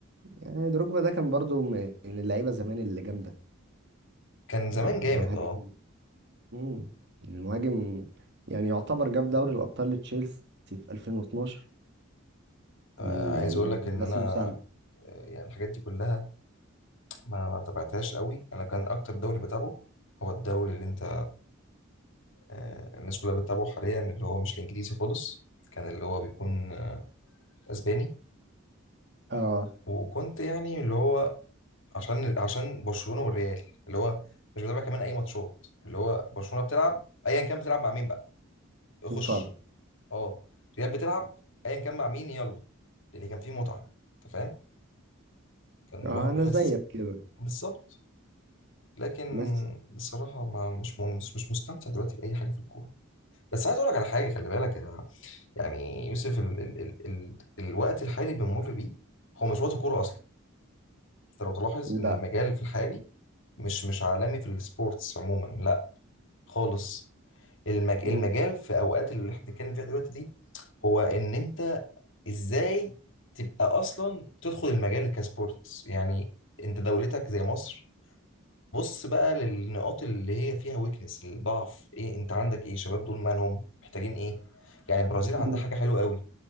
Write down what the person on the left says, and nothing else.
كان
زمان جامد
اه
آه،
عايز اقول
لك
ان انا
آه، يعني الحاجات دي كلها ما ما تابعتهاش قوي انا كان اكتر دوري بتابعه هو الدوري اللي انت آه، الناس كلها بتتابعه حاليا اللي هو مش الانجليزي خالص كان اللي هو بيكون آه، اسباني
وكنت يعني اللي هو عشان عشان برشلونه والريال اللي هو مش بتابع كمان اي ماتشات اللي هو برشلونه بتلعب ايا كان بتلعب مع مين بقى اخش
اه ريال بتلعب ايا كان مع مين يلا لان كان في متعه انت فاهم كان
الواحد
بيحس
ب-
بالظبط لكن
بصراحه ما مش م- مش مش مستمتع دلوقتي باي حاجه في الكوره بس عايز اقول لك على حاجه خلي بالك يا- يعني يوسف ال ال ال ال الوقت الحالي اللي بنمر بيه هو مش وقت كوره اصلا انت لو تلاحظ ان
المجال في الحالي مش مش عالمي في السبورتس عموما لا خالص المج...
المجال في اوقات اللي احنا بنتكلم فيها دلوقتي دي هو ان انت ازاي تبقى اصلا تدخل المجال كسبورتس يعني انت دولتك زي مصر بص بقى للنقاط اللي هي فيها ويكنس الضعف ايه انت عندك ايه شباب دول مالهم محتاجين ايه يعني البرازيل عندها
حاجه حلوه قوي